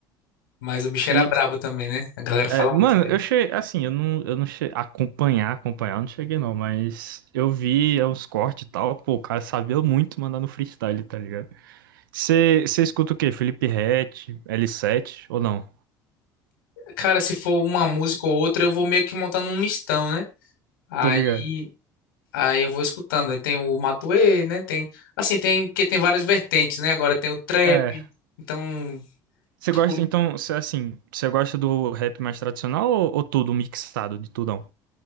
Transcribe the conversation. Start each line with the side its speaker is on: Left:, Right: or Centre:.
Left: Mas o bicho era
Right: E.
Left: brabo também, né? A galera fala
Right: é, mano,
Left: muito dele.
Right: eu cheguei. Assim, eu não, eu não cheguei. Acompanhar, acompanhar, eu não cheguei não, mas eu vi é, os cortes e tal. Pô, o cara sabia muito mandar no freestyle, tá ligado? Você você escuta o quê? Felipe Ret, l Sete ou não?
Left: Cara, se for uma música ou outra, eu vou meio que montando um mistão, né? Aí
Right: Tô ligado.
Left: Aí eu vou escutando. Aí tem o Matuê, né? Tem, assim, tem que tem várias vertentes, né? Agora tem o trap.
Right: É.
Left: Então,
Right: Você
Left: tipo,
Right: gosta, então, cê, assim, você gosta do rap mais tradicional ou, ou tudo mixado, de tudão?